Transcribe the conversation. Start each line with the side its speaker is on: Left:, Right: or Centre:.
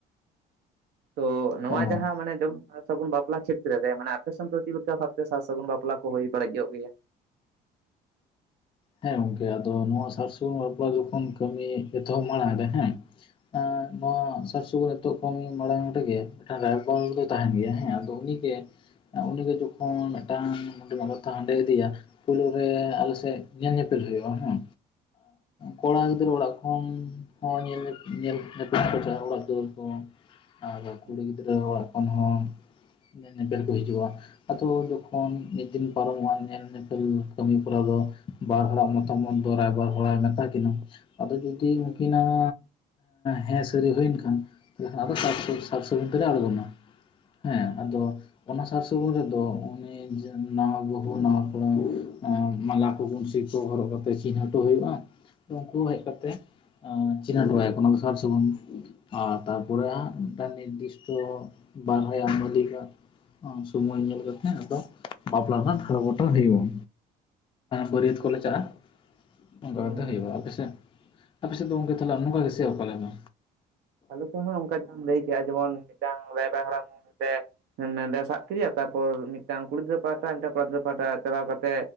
Right: ᱛᱚ ᱱᱚᱣᱟ
Left: ᱚ
Right: ᱡᱟᱦᱟᱸ ᱢᱟᱱᱮ ᱮ ᱥᱟᱨ ᱥᱟᱹᱜᱩᱱ ᱵᱟᱯᱞᱟ ᱠᱷᱮᱛᱨᱮ ᱨᱮ ᱢᱟᱱᱮ ᱟᱯᱮ ᱥᱮᱱ ᱫᱚ ᱪᱮᱫ ᱞᱮᱠᱟ ᱵᱷᱟᱵᱛᱮ ᱥᱟᱨ ᱥᱟᱹᱜᱩᱱ ᱵᱟᱯᱞᱟ ᱠᱚ ᱦᱩᱭ ᱵᱟᱲᱮᱡᱚᱜ ᱜᱮᱭᱟ
Left: ᱦᱮᱸ ᱜᱚᱝᱠᱮ ᱟᱫᱚ ᱱᱚᱣᱟ ᱥᱟᱨ ᱥᱩᱱ ᱵᱟᱯᱞᱟ ᱡᱚᱠᱷᱚᱱ ᱠᱟᱹᱢᱤ ᱮᱛᱚᱦᱚᱵ ᱢᱟᱲᱟᱝ ᱨᱮ ᱦᱮᱸ ᱮᱸ
Right: ᱦᱩᱸ
Left: ᱱᱚᱣᱟ ᱥᱟᱨ ᱥᱟᱺᱜᱩᱱ ᱱᱤᱛᱚᱜ ᱠᱚ ᱢᱚᱬᱟᱝ ᱨᱮ ᱜᱮ ᱢᱤᱫ ᱨᱟᱭᱵ ᱫᱚ ᱛᱟᱦᱮᱱ ᱜᱮᱭᱟ ᱦᱮᱸ ᱟᱫᱚ ᱩᱱᱤ ᱜᱮ, ᱩᱱᱤᱫᱚ ᱡᱚᱠᱷᱚᱱ ᱢᱤᱫᱴᱟᱝ ᱚᱸᱰᱮ ᱵᱟᱵᱚᱛ ᱛᱮ ᱦᱟᱸᱰᱮ ᱤᱫᱤᱭᱟ ᱯᱩᱭᱞᱳ ᱨᱮ ᱟᱞᱮᱥᱮᱫ ᱧᱮᱞ ᱧᱮᱯᱮᱞ ᱦᱩᱭᱩᱜᱼᱟ᱾ ᱦᱮᱸ ᱠᱚᱲᱟ ᱜᱤᱫᱽᱨᱟᱹ ᱚᱲᱟᱜ ᱠᱷᱚᱱ ᱦᱚᱸ ᱧᱮᱞ ᱧᱮᱯᱮᱞ ᱠᱚ ᱪᱟᱞᱟᱜᱼᱟ᱾ ᱚᱲᱟᱜ ᱫᱩᱣᱟᱹᱨ ᱠᱚ ᱟᱨ ᱠᱩᱲᱤ
Right: ᱦᱩᱸ
Left: ᱜᱤᱫᱽᱨᱟᱹ ᱚᱲᱟᱜ ᱠᱷᱚᱱ ᱦᱚᱸ ᱧᱮᱯᱮᱞ ᱠᱚ ᱦᱤᱡᱩᱜᱼᱟ᱾ ᱟᱫᱚ ᱡᱚᱠᱷᱚᱱ ᱢᱤᱫ ᱫᱤᱱ ᱯᱟᱨᱚᱢᱚᱜᱼᱟ ᱧᱮᱞ ᱧᱮᱯᱮᱞ ᱠᱟᱹᱢᱤ ᱠᱚᱨᱟᱣ ᱫᱚ ᱵᱟᱨ ᱦᱚᱲᱟᱜ ᱢᱚᱛᱟᱢᱚᱛ ᱫᱚ ᱨᱟᱭᱵᱟᱨ ᱦᱚᱲᱟᱢ ᱮ ᱢᱮᱛᱟ ᱠᱤᱱᱟᱹ ᱟᱫᱚ ᱡᱩᱫᱤ
Right: ᱦᱩᱸ
Left: ᱩᱱᱠᱤᱱᱟᱜ ᱦᱮᱸ ᱥᱟᱹᱨᱤ ᱦᱩᱭᱮᱱ ᱠᱷᱟᱱ ᱟᱫᱚ ᱥᱟᱨ ᱥᱟᱜᱩᱱ ᱛᱮᱞᱮ ᱟᱬᱜᱚᱱᱟ ᱦᱮᱸ ᱟᱫᱚ ᱚᱱᱟ ᱥᱟᱨ ᱥᱟᱹᱜᱩᱱ ᱠᱚᱨᱮᱫᱚ ᱩᱱᱤ ᱱᱟᱶᱟ ᱵᱩᱦᱩ ᱱᱟᱶᱟ ᱠᱚᱲᱟ ᱢᱟᱞᱟ ᱵᱩᱱᱥᱤ ᱠᱚ ᱦᱚᱨᱚᱜ ᱠᱟᱛᱮ ᱪᱤᱱᱦᱟᱹᱴᱚ ᱦᱩᱭᱩᱜᱼᱟ ᱩᱱᱠᱩ ᱦᱮᱡ ᱠᱟᱛᱮ ᱳ ᱪᱮᱫᱟᱜ ᱮᱢ ᱨᱚᱲ ᱟᱭ ᱠᱟᱱᱟ ᱥᱚᱵᱥᱚᱢᱚᱭ ᱟᱨ ᱛᱟᱨᱯᱚᱨᱮ ᱦᱟᱸ ᱢᱤᱫ ᱴᱟᱝ ᱱᱤᱨᱫᱤᱥᱴᱚ ᱵᱟᱨ ᱦᱚᱲᱟᱜ ᱵᱷᱚᱨᱛᱤ ᱞᱮᱠᱟ ᱥᱚᱢᱢᱚᱭ ᱧᱮᱞ ᱠᱟᱛᱮ ᱟᱫᱚ ᱵᱟᱯᱞᱟ ᱨᱮᱱᱟᱜ ᱴᱷᱟᱲᱚ ᱜᱚᱴᱟ ᱦᱳᱭᱳᱜ-ᱟ᱾ ᱵᱟᱹᱨᱭᱟᱹᱛ
Right: ᱦᱩᱸ
Left: ᱠᱚᱞᱮ
Right: ᱦᱩᱸ
Left: ᱪᱟᱜᱼᱟ ᱚᱱᱠᱟ
Right: ᱦᱩᱸ
Left: <unintelligible> ᱠᱟᱛᱮ
Right: ᱦᱩᱸ
Left: ᱦᱩᱭᱩᱜᱼᱟ ᱟᱯᱮᱥᱮᱫ ᱟᱯᱮᱥᱮᱫ ᱫᱚ ᱜᱚᱝᱠᱮ ᱛᱟᱦᱚᱞᱮ <unintelligible> ᱱᱟᱞᱟ ᱜᱮ ᱥᱮ ᱚᱠᱟ ᱞᱮᱠᱟ
Right: ᱟᱞᱮ ᱥᱮᱫ ᱦᱚᱸ ᱱᱚᱝᱠᱟ ᱡᱟᱦᱟᱢ ᱞᱟᱹᱭ ᱠᱮᱜᱼᱟ ᱡᱮᱢᱚᱱ ᱢᱤᱫᱴᱟᱝ ᱨᱟᱭᱵᱟᱨ ᱦᱟᱲᱟᱢ ᱥᱮ, <unintelligible> ᱥᱟᱵ ᱠᱮᱫᱮᱭᱟ ᱛᱟᱨᱯᱚᱨ ᱢᱤᱫᱴᱟᱝ ᱠᱩᱲᱤ ᱜᱤᱫᱽᱨ ᱯᱟᱦᱴᱟ ᱢᱤᱫᱴᱟᱝ ᱠᱚᱲᱟ ᱜᱤᱫᱽᱨᱟᱹ ᱯᱟᱦᱟ ᱪᱟᱞᱟᱣ ᱠᱟᱛᱮ